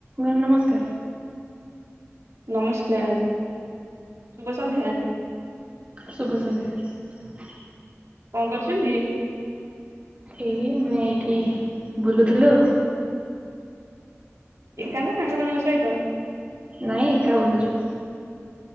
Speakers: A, on the right; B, on the right.
A: Ma'am ନମସ୍କାର।
B: ନମସ୍କାର ସୁୁଭ ସନ୍ଧ୍ୟା।
A: ଶୁଭ ସନ୍ଧ୍ୟା।
B: କଣ କରୁଛନ୍ତି
A: ଏଇ ଆମେ ଏଇଠି ବୁଲୁଥିଲୁ।
B: ଏକା ନା ସାଙ୍ଗମାନାନଙ୍କ ସହିତ?
A: ନାଇଁ ଏକା ବୁଲୁଛୁ।